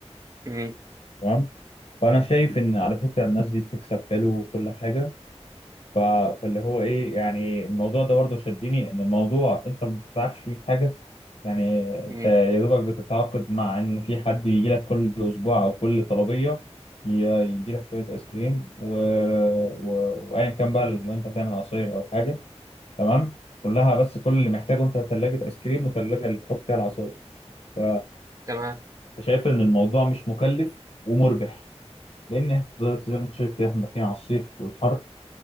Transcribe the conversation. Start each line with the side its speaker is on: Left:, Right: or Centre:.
Right: امم
Left: تمام فانا شايف ان على فكره الناس دي بتكسب حلو وكل حاجه ف- فاللي هو ايه يعني الموضوع ده برضه شدني ان الموضوع انت ما بتتعبش فيه في حاجه يعني انت
Right: امم
Left: يا دوبك بتتعاقد مع ان في حد يجي لك كل اسبوع او كل طلبيه يدي لك شويه ايس كريم و... و... وايا كان بقى لو انت هتعمل عصير او حاجه تمام كلها بس كل اللي محتاجه انت ثلاجه ايس كريم وثلاجه اللي تحط فيها العصاير ف-
Right: تمام
Left: فشايف ان الموضوع مش مكلف ومربح لان إحنا دلوقتي زي ما انت شايف كده احنا داخلين على الصيف والحر